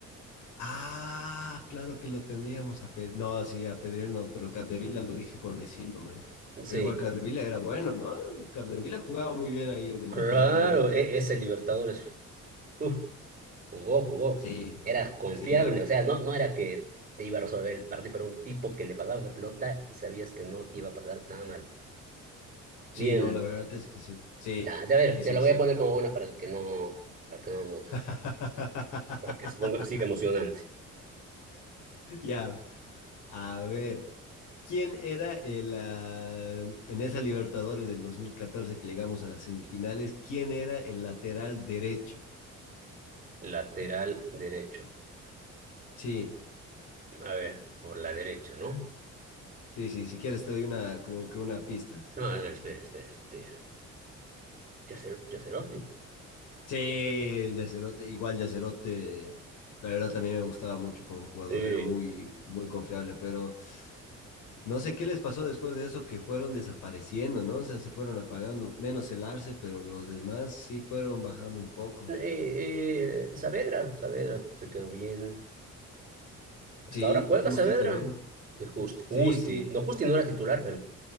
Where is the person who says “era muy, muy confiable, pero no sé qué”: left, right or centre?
Left